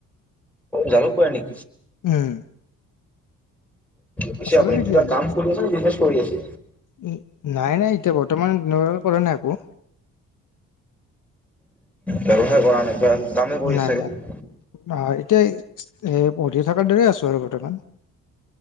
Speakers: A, in the centre; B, on the left (about 60°).
A: জালুকবাৰী নি
B: উম।
A: পিছে
B: ওচৰৰে
A: আপুনি
B: তেতিয়াহ'লে
A: কিবা কাম কৰি আছে নে, বিজনেচ কৰি আছে?
B: উম নাই নাই এতিয়া বৰ্তমান এনেকুৱাকে কৰা নাই একো।
A: ব্যৱসায় কৰা <unintelligible>
B: নাই,
A: আছে চাগে
B: নাই অ', এতিয়াই এ, পঢ়ি থাকাৰ দৰে আছোঁ আৰু বৰ্তমান।